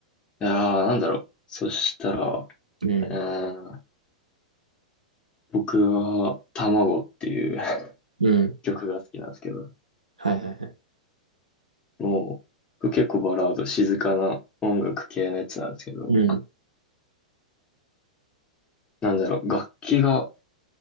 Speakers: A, on the left (about 25°); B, on the right (about 80°).
A: いやー、なんだろう。そしたら、う
B: うん、
A: ーん、僕は、卵っていう <laughs>
B: うん、
A: 曲が好きなんですけど、
B: はい、はい、はい。
A: もう、僕結構バラード、静かな音楽系のやつなんですけど、
B: うん、
A: なんだろう、楽器が